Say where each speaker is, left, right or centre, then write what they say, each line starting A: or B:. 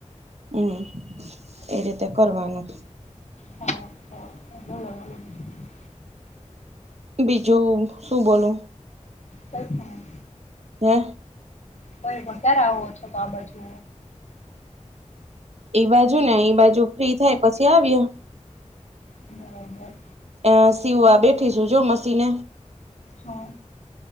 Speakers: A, on the right; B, on the left.
A: હમ્મ એ રીતે કરવાનું.
B: હ. હ બોલો બોલો બીજું.
A: બીજું શું બોલુ.
B: કંઈ પણ.
A: ને
B: તોઈ પણ ક્યારે આવો છો? તો આ બાજુ.
A: ઈ બાજુ ને ઈ બાજુ ફ્રી થાય પછી આવીયે.
B: બરોબર.
A: એ સીવવા બેઠી છું. જો મશીને.
B: હા